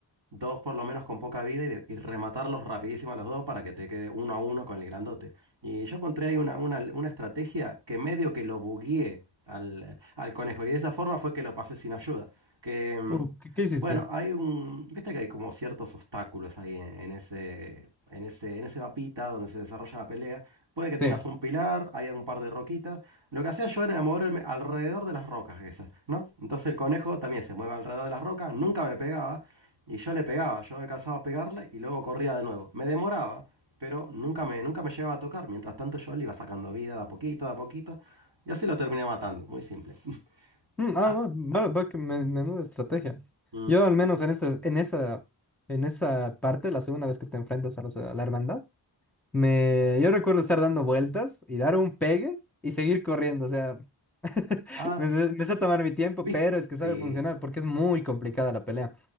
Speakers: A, on the right; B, in the centre.
A: dos por lo menos con poca vida y, de- y rematarlos rapidísimo a los dos para que te quede uno a uno con el grandote. Y yo encontré ahí una, una- una estrategia que medio que lo bugueé al, al conejo y de esa forma fue que lo pasé sin ayuda. Que, mm,
B: Uh, ¿qué, qué hiciste?
A: bueno, hay un, viste que hay como ciertos obstáculos ahí en, en ese, en ese, en ese mapita donde se desarrolla la pelea. Puede que tengas
B: Sí.
A: un pilar, hay un par de roquitas. Lo que hacía yo era moverme alrededor de las rocas esas, ¿no? Entonces el conejo también se mueve alrededor de las rocas, nunca me pegaba. Y yo le pegaba, yo alcanzaba a pegarle y luego corría de nuevo. Me demoraba, pero nunca me, nunca me llegaba a tocar. Mientras tanto yo le iba sacando vida de a poquito, de a poquito. Y así lo terminé matando, muy simple. <laughs>
B: Mm, ah,
A: Ah,
B: bueno, vale, va que me- menuda estrategia.
A: mm,
B: Yo al menos en este, en esa, en esa parte, la segunda vez que te enfrentas a, los- a la hermandad, me, yo recuerdo estar dando vueltas y dar un pegue y seguir corriendo. O sea, <laughs>
A: ah,
B: me, me me sé tomar mi tiempo,
A: ¿viste?
B: pero es
A: Sí.
B: que sabe funcionar porque es muy complicada la pelea.